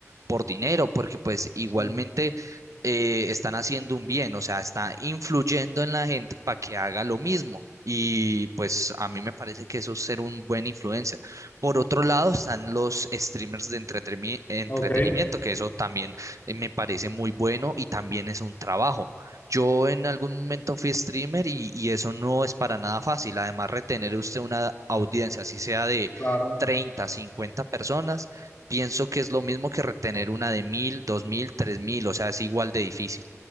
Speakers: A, on the right; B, on the left.
A: por dinero, porque pues igualmente
B: sí.
A: eh, están haciendo un bien, o sea, está influyendo en la gente para que haga lo mismo. Y pues a mí me parece que eso es ser un buen influencer. Por otro lado, están los streamers de entretremi- entretenimiento,
B: Ok,
A: que eso también eh, me parece muy bueno y también es un trabajo. Yo en algún momento fui streamer y, y eso no es para nada fácil. Además, retener usted una audiencia, así sea de
B: claro.
A: 30 50 personas, Pienso que es lo mismo que retener una de mil, dos mil, tres mil, o sea, es igual de difícil.